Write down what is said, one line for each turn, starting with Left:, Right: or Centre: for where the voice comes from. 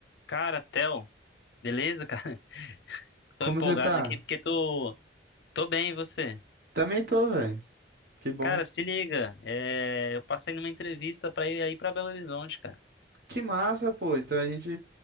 Left: Cara, Theo, beleza, cara? <laughs> Tô
Right: Como
Left: empolgado
Right: você tá?
Left: aqui porque tô, tô bem, e você?
Right: Também tô, velho. Que bom.
Left: Cara, se liga, é, eu passei numa entrevista pra ir aí pra Belo Horizonte, cara.
Right: Que massa, pô. Então a gente